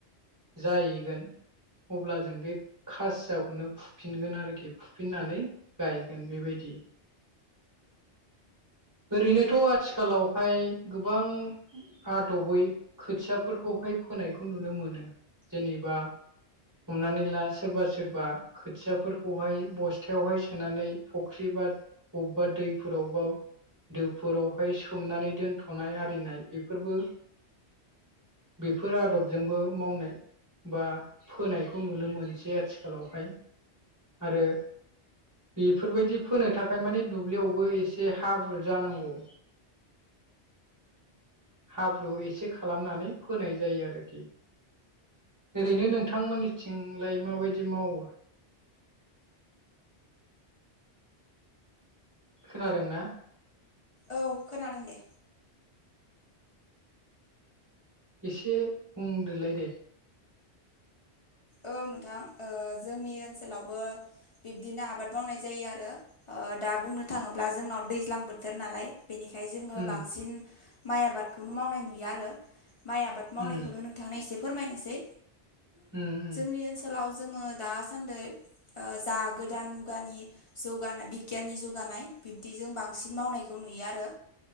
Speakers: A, on the right; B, on the left.
A: जाहैगोन। अब्ला जों बे खासियाखौनो फुफिनगोन आरोखि फुफिननानै गायगोन बेबायदि। ओरैनो दाथ' आथिखालावहाय गोबां आदबै खोथियाफोरखौहाय फोनायखौ नुनो मोनो जेनेबा हमनानै ला सोरबा सोरबा खोथियाफोरखौहाय बस्थायावहाय सोनानै फुख्रि बा बबेबा दैफोरावबा दैफोरावहाय सोमनानै दोनथ'नाय आरिनाय बेफोरबो बेफोर आदबजोंबो मावनाय बा फोनायखौ नुनो मोनसै आथिखालावहाय आरो बेफोरबायदि फोनो थाखाय मानि दुब्लियावबो एसे हाब्रु जानांगौ। हाब्रु एसे खालामनानै फोनाय जायो आरोखि। ओरैनो नोंथांमोननिथिंलाय माबायदि मावो? खोनादों ना?
B: औ खोनादों दे।
A: एसे बुंदोलाय दे।
B: औ नोंथां जोंनि ओनसोलावबो बिब्दिनो आबाद मावनाय जायो आरो। दा बुंनो थाङोब्ला जोंनाव दैज्लां बोथोर नालाय बेनिखाय जोङो
A: उम
B: बांसिन माइ आबादखौनो मावनाय नुयो आरो। माइ आबाद मावनायखौनो
A: उम
B: एसे फोरमायनोसै।
A: <inaudible>
B: जोंनि ओनसोलाव जोङो दासान्दै ओ जा गोदान मुगानि जौगानाय बिगियाननि जौगानाय बिब्दिजों बांसिन मावनायखौ नुयो आरो।